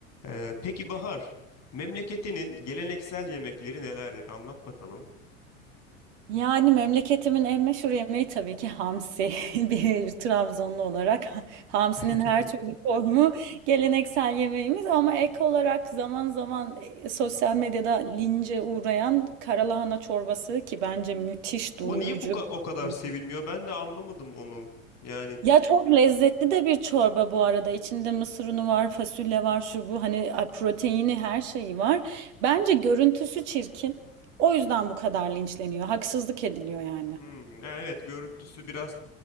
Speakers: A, on the left (about 40°); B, on the right (about 60°).
A: Ee, peki Bahar, memleketinin geleneksel yemekleri nelerdir? Anlat bakalım.
B: Yani memleketimin en meşhur yemeği tabii ki hamsi. <laughs> Bir Trabzonlu olarak ha- hamsinin
A: <laughs>
B: her türlü formu geleneksel yemeğimiz ama ek olarak zaman zaman e, sosyal medyada lince uğrayan karalahana çorbası ki bence müthiş doyurucu
A: O niye bu ka-
B: bir
A: o kadar
B: şey.
A: sevilmiyor? Ben de anlamadım onu. Yani
B: Ya çok lezzetli de bir çorba bu arada. İçinde mısır unu var, fasulye var, şu bu hani a, proteini her şeyi var. Bence görüntüsü çirkin. O yüzden bu kadar linçleniyor. Haksızlık ediliyor yani.
A: hmm, ha, evet görüntüsü biraz